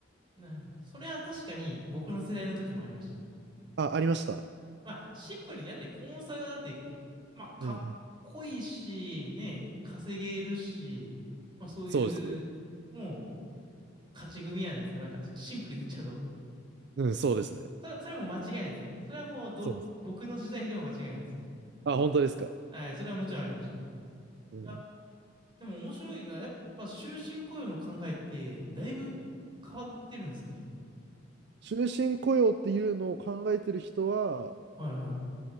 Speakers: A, on the right; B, on the right.
A: なるほど。それは確かに僕の世代の時もありました。
B: あ、ありました。
A: まあ、シンプルに、だってコンサルはだって、まあ、かっこいいし、
B: うんうん。
A: ね、稼げるし、まあそういう、
B: そうです。
A: もう、勝ち組やないですか。なんか、シンプルに言っちゃうと。
B: うん、そうですね。
A: それ、それはもう間違いないですね。それはもうど、
B: そうです。
A: 僕の時代でも間違いないですね。
B: あ、本当ですか。
A: はい、それはもちろんありましたね。い
B: うん。
A: や、でも面白いな。やっぱ終身雇用の考えって、だいぶ変わってるんですね。
B: 終身雇用っていうのを考えてる人は
A: はいはい。